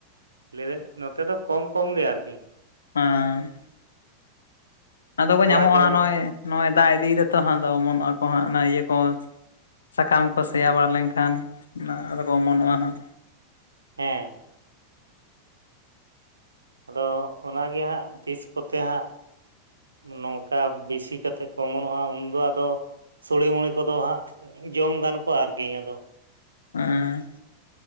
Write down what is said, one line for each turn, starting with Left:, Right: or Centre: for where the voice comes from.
Right: ᱞᱟᱹᱭᱮᱫᱟᱧ ᱱᱚᱛᱮ ᱫᱚ ᱠᱚᱢ ᱠᱚᱢ ᱜᱮ ᱟᱨᱠᱤ᱾
Left: ᱟᱸᱻ᱾ ᱟᱫᱚ ᱠᱚ
Right: ᱚᱲᱟᱜ
Left: ᱧᱟᱢᱚᱜᱼᱟ
Right: ᱡᱚᱢ
Left: ᱦᱟᱸᱜ,
Right: ᱞᱮᱠᱟ
Left: ᱱᱚᱜᱼᱚᱭ ᱱᱚᱜᱼᱚᱭ ᱫᱟᱜ ᱤᱫᱤ ᱮᱫᱟᱭ ᱛᱚ ᱦᱟᱸᱜ ᱟᱫᱚ ᱚᱢᱚᱱᱚᱜ ᱟᱠᱚ ᱦᱟᱸᱜ ᱚᱱᱟ ᱤᱭᱟᱹ ᱠᱚ ᱥᱟᱠᱟᱢ ᱠᱚ ᱥᱮᱭᱟ ᱵᱟᱲᱟ ᱞᱮᱱᱠᱷᱟᱱ, ᱚᱱᱟ ᱟᱫᱚ ᱠᱚ ᱚᱢᱚᱱᱚᱜᱼᱟ ᱦᱟᱸᱜ᱾
Right: ᱦᱮᱸ᱾ ᱟᱫᱚ ᱚᱱᱟ ᱜᱮ ᱦᱟᱸᱜ ᱛᱤᱥ ᱠᱚᱛᱮ ᱦᱟᱸᱜ ᱱᱚᱝᱠᱟ ᱵᱤᱥᱤ ᱠᱟᱛᱮᱜ ᱠᱚ ᱚᱢᱚᱱᱚᱜᱼᱟ ᱩᱱᱫᱚ ᱟᱫᱚ ᱼᱼ ᱥᱳᱲᱮ ᱢᱳᱲᱳ ᱠᱚᱫᱚ ᱦᱟᱸᱜ ᱡᱚᱢ ᱜᱟᱱ ᱠᱚᱜ-ᱟ ᱟᱨᱠᱤ, ᱟᱫᱚ
Left: ᱦᱮᱸ᱾